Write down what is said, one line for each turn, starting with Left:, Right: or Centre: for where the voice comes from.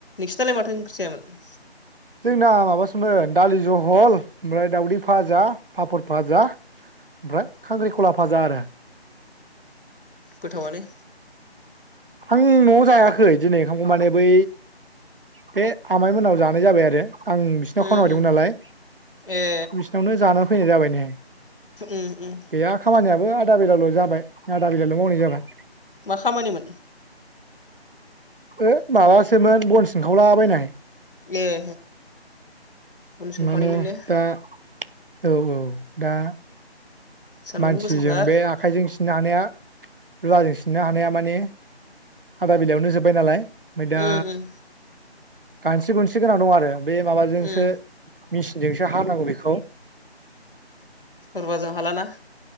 Left: सालाय माथो ओंख्रि जायामोन।
Right: जोंना माबासोमोन दालि जहल ओमफ्राय दाउदै फाजा पापर फाजा ओमफ्राय खांख्रिखला फाजा आरो।
Left: गोथावआनो।
Right: आं नवाव जायाखै दिनै ओंखामखौ माने बै बे आमाइ मोननाव जानाय जाबाय आरो। आं बिसोरनाव
Left: उम
Right: खामानि मावहैदोंमोन
Left: उम
Right: नालाय
Left: ए
Right: बिसिनावनो जाना फै। फैनाय जाबाय ने।
Left: उम उम
Right: गैया खामानियाबो आ। आधा बेलाल जाबाय आधा बेलाल मावनाय जाबाय।
Left: मा खामानिमोन।
Right: ओ माबासोमोन बन सिनखावलाबायनाय।
Left: ए। उन सोंखावनायमोन
Right: माने
Left: ने
Right: दा। औ औ दा
Left: सान्दुंबो
Right: मानसिजों
Left: गोसाथार
Right: बे आखाइजों सि। सिननो हानाया रुवाजों सिननो हानाया माने। आधा बेलायावनो जोबबाय नालाय। ओमफ्राय दा।
Left: उम उम
Right: गानसि गुनसि गोनां दं आरो। बे माबाजोंसो
Left: उम
Right: मेचिनजोंसो हानांगौ बेखौ
Left: रुवाजों हालाना?